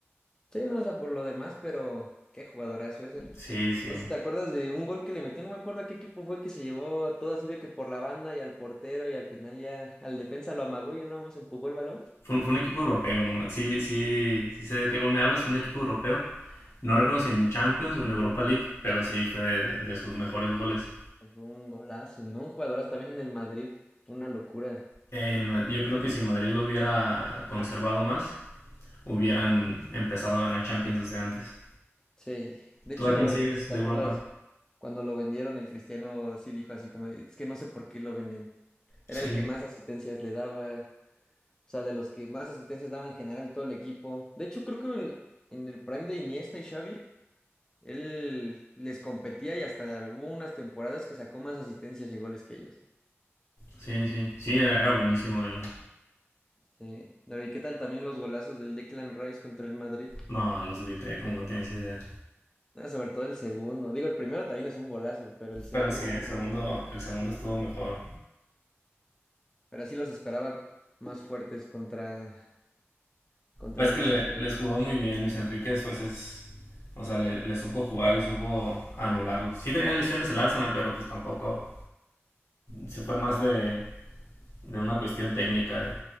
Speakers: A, on the left; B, on the left.
A: Sí, no, o sea, por lo demás, pero qué jugadorazo es él.
B: Sí, sí.
A: No sé, ¿te acuerdas de un gol que le metió? No me acuerdo a qué equipo fue que se llevó a todo así de que por la banda y al portero y al final ya al defensa lo amagó y ya nada más empujó el balón.
B: Fue, fue un equipo europeo, no más. Sí, sí, sí sé de qué gol me hablas, un equipo europeo. No recuerdo si en Champions o en Europa League, pero sí fue de, de sus mejores goles.
A: Ay, Fue un golazo, ¿no? Un jugadorazo también en el Madrid. Fue una locura.
B: El Ma- yo creo que si el Madrid lo hubiera conservado más, hubieran empezado a ganar Champions desde antes.
A: Sí. De
B: ¿Tú
A: hecho,
B: a quién sigues de
A: ¿te acuerdas
B: Europa?
A: cuando lo vendieron? El Cristiano así dijo así como, es que no sé por qué lo venden. Era
B: Sí,
A: el que más asistencias le daba, O sea, de los que más asistencias daba en general todo el equipo. De hecho, creo que en, en el prime de Iniesta y Xavi, él les competía y hasta hubo unas temporadas que sacó más asistencias y goles que ellos.
B: sí, sí. Sí, era, era buenísimo él.
A: Sí. Pero ¿y qué tal también los golazos del Declan Rice contra el Madrid?
B: No, No, los grité, como no tienes idea.
A: Ah, sobre todo el segundo. Digo, el primero también es un golazo, pero el segundo
B: Pero sí, el
A: no.
B: segundo, el segundo estuvo mejor.
A: Pero sí los esperaban más fuertes contra, contra
B: Es
A: el
B: que
A: PSG
B: le- les
A: ahorita.
B: jugó muy bien Luis Enrique, pues es... O sea, le, le supo jugar y supo anularlos. Sí tenía lesiones el Arsenal, pero pues tampoco... Se fue más de, de una cuestión técnica, de,